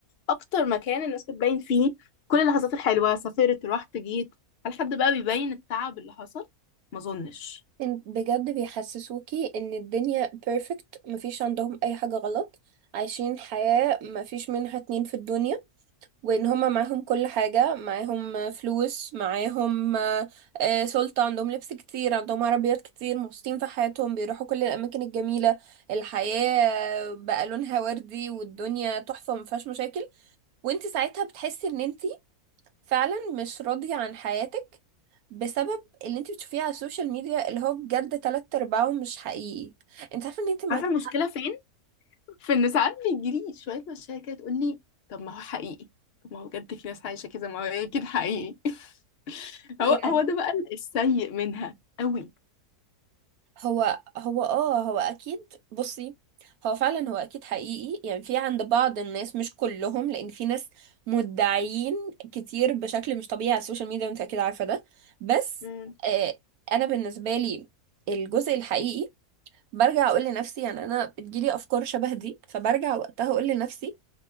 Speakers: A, on the left; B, on the right.
A: اكتر مكان الناس بتبين فيه كل اللحظات الحلوة سافرت رحت جيت هل حد بقى بيبين التعب اللي حصل ما اظنش
B: إن- بجد بيحسسوكي ان الدنيا بيرفكت مفيش عندهم اي حاجة غلط عايشين حياة مفيش منها اتنين في الدنيا وان هما معاهم كل حاجة معاهم فلوس معاهم آه، آه، سلطة عندهم لبس كتير عندهم عربيات كتير مبسوطين في حياتهم بيروحوا كل الاماكن الجميلة الحياة بقى لونها وردي والدنيا تحفة مفيهاش مشاكل وانت ساعتها بتحسي ان انت فعلا مش راضية عن حياتك بسبب اللي انت بتشوفيه على السوشيال ميديا اللي هو بجد تلات ارباعه مش حقيقي انت عارفه ان انت معاك
A: عارفة المشكلة فين فان ساعات بيجيلي شويه مشاكل كده تقول لي طب ما هو حقيقي طب ما هو بجد في ناس عايشه كده ما هو اكيد حقيقي <laughs>
B: يعني
A: هو هو ده بقى السيء منها قوي
B: هو هو اه هو اكيد بصي هو فعلا هو اكيد حقيقي يعني في عند بعض الناس مش كلهم لان في ناس مدعيين كتير بشكل مش طبيعي على السوشيال ميديا وانت اكيد عارفه ده بس
A: مم.
B: آه انا بالنسبه لي الجزء الحقيقي برجع اقول لنفسي يعني انا بتجيلي افكار شبه دي فبرجع وقتها اقول لنفسي